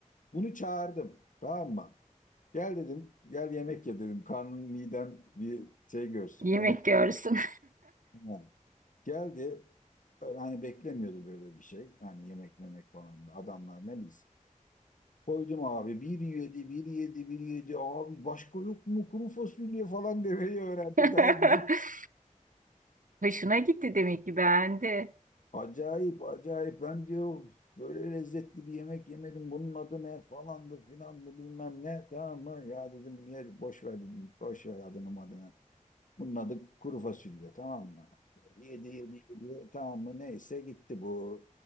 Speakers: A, on the left; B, on the right.
A: Bunu çağırdım tamam mı? Gel dedim, gel yemek ye dedim. Karnın miden bir şey görsün,
B: yemek
A: yemek.
B: görsün.
A: Ha. Geldi, böyle hani beklemiyordu böyle bir şey. Hani yemek memek falan adamlar ne bilsin. Koydum abi bir yedi, bir yedi, bir yedi. Abi başka yok mu kuru fasulye falan demeyi öğrendi
B: <laughs>
A: daha. <laughs>
B: Hoşuna gitti demek ki beğendi.
A: Acayip acayip ben diyor böyle lezzetli bir yemek yemedim bunun adı ne falandı filandı bilmem ne tamam mı ya dedim ye boş ver dedim boş ver adını adını Bunun adı kuru fasulye tamam mı? Yedi yedi yedi tamam mı neyse gitti bu.